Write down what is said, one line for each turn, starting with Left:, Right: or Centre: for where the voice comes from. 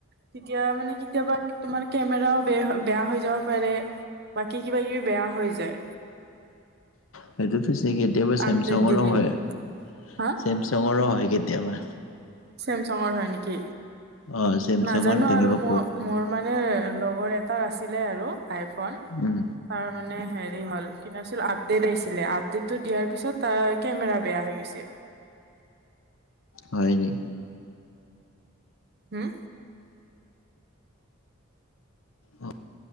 Right: তেতিয়া মানে কেতিয়াবা তোমাৰ কেমেৰাও বে বেয়া হৈ যাব পাৰে। বাকী কিবা কিবি বেয়া হৈ যায়।
Left: সেইটোতো চে কেতিয়াবা চেমচাংৰো
Right: আপডেট দিলে
Left: হয় চেম
Right: হা
Left: ছেমছাংৰো হয় কেতিয়াবা।
Right: চেমছঙৰ হয় নেকি?
Left: অ চেমচাঙৰ
Right: নাজানো
Left: তেনেকুৱা
Right: আৰু মই মোৰ মানে লগৰ এটাৰ আছিলে আৰু আইফোন।
Left: প্ৰব্লেম
Right: তাৰ মানে হেৰি হ'ল কি নাম আছিল আপডেটো আহিছিলে, আপডেটটো দিয়াৰ পিছত তাৰ কেমেৰা বেয়া হৈ গৈছে।
Left: হয় নি?
Right: হুম?
Left: অ